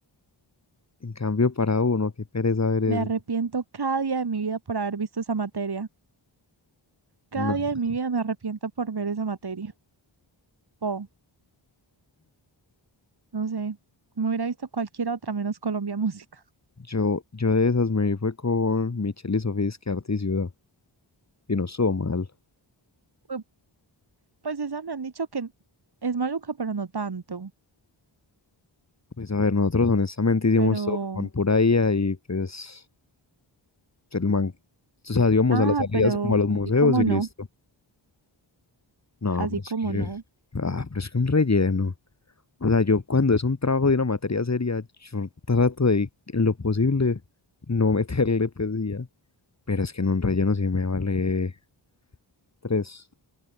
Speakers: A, on the left; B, on the right.
A: En cambio, para uno, qué pereza ver eso.
B: me arrepiento cada día de mi vida por haber visto esa materia. Cada
A: Nah.
B: día de mi vida me arrepiento por ver esa materia. Po. No sé, me hubiera visto cualquier otra menos Colombia <laughs> Música.
A: Yo, yo de esas me fue con Michelle y Sofía, es que arte y ciudad, y no estuvo mal.
B: Pu- Pues esa me han dicho que es maluca, pero no tanto.
A: Pues a ver, nosotros honestamente hicimos
B: Pero,
A: todo con pura IA y pues el man, o sea, íbamos
B: Ah,
A: a las salidas
B: pero
A: como a los museos
B: así como
A: y listo.
B: no,
A: No,
B: así
A: pero es
B: como
A: que,
B: no.
A: ah, pero es que un relleno. O sea, yo cuando es un trabajo de una materia seria, yo trato de, en lo posible, no <laughs> meterle pues y ya Pero es que en un relleno sí me vale tres.